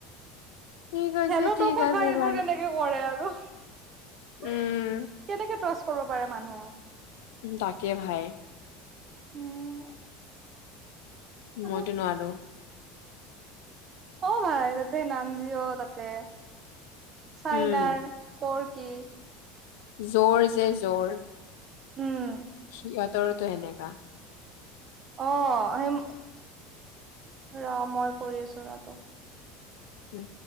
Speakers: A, on the left (about 80°); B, on the right (about 40°).
A: সি কৈছে
B: খেলতো
A: ঠিক
B: ক'ত
A: আছে
B: বা এইবোৰ
A: ভাই
B: কেনেকে কৰে আৰু।
A: উম
B: কেনেকে ট্ৰচ কৰিব পাৰে মানুহক?
A: তাকে ভাই।
B: উম! উহু।
A: মইতো নোৱাৰো।
B: অ ভাই তাতে নান্জিঅ তাতে চাইনাৰ
A: উম
B: প কি
A: জৰ যে জৰ।
B: উম,
A: সিহঁতৰটো সেনেকা।
B: অ সেই ৰ মই কৰি আছো ৰ টোক'।
A: উম।